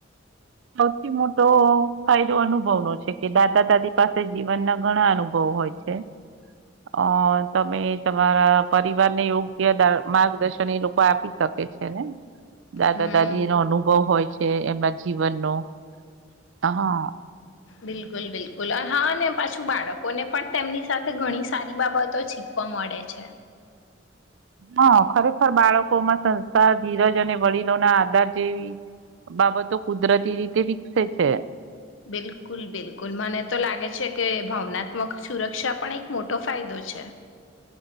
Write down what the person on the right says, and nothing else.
સૌથી મોટો ફાયદો અનુભવનો છે, કે દાદા-દાદી પાસે જીવન ના ઘણા અનુભવ હોય છે. અ તમે તમારા પરિવારને યોગ્ય માર્ગદર્શન એ લોકો આપી શકે છે, ને? દાદા-દાદી
ઓનો અનુભવ હોય છે. એ બાજુ. કવનો હા.
હા, ખરેખર, બાળકોમાં સંસ્થા, ધીરજ અને વડીલો ના આધાર જેવી બાબતો કુદરતી રીતે વિકસે છે.